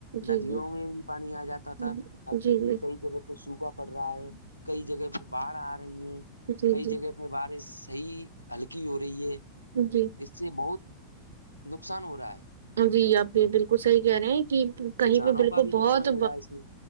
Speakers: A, on the right; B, on the left.
A: جی
B: ندیوں
A: جی
B: میں بھی پانی آ جاتا
A: جی
B: تھا اب
A: جی
B: دیکھیے کئی جگہ کو سوکھا پڑ رہا ہے کئی جگہ پہ باڑھ آ رہی ہے
A: جی
B: کئی
A: جی
B: جگہ پہ میں بارش صحیح ہلکی ہو رہی ہے
A: جی
B: اس سے بہت نقصان ہو رہا ہے
A: جی آپ یہ بالکل صحیح کہہ رہے ہیں کہ کہیں
B: کسانوں
A: پہ بالکل
B: کا بھی نقصان
A: بہت
B: ہو رہا ہے اس میں